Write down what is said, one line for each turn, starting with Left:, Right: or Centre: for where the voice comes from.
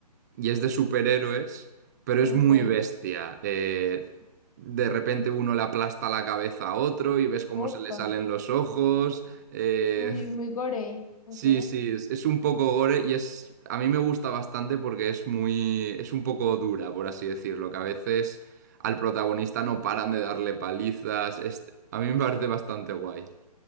Right: y es de superhéroes, pero es
Left: Ok.
Right: muy bestia. Eh, de repente uno le aplasta la cabeza a otro y ves cómo
Left: Opa,
Right: se le salen los ojos. eh,
Left: muy, muy gore. Ok.
Right: Sí, sí, es, es un poco gore y es, a mí me gusta bastante porque es muy, es un poco dura, por así decirlo, que a veces al protagonista no paran de darle palizas. es- a mí me parece bastante guay.